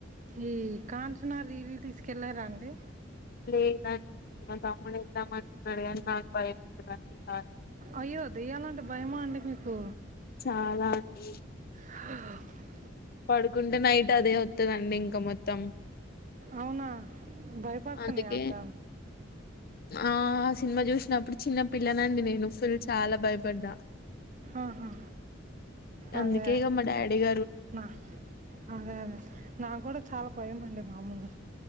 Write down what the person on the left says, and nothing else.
లేదాని మా తమ్ముడు ఏదమంటున్నడుగాని నాకు భయపతంది కా
చాలా అండి
పడుకుంటే నైట్ అదే వతదండి ఇంకా మొత్తం
అందుకే
ఆ ఆ సినిమా చూసినప్పుడు చిన్న పిల్లనండి నేను ఫుల్ చాలా భయపడ్డా
అందుకే
ఇగ మా డాడీ ఇగ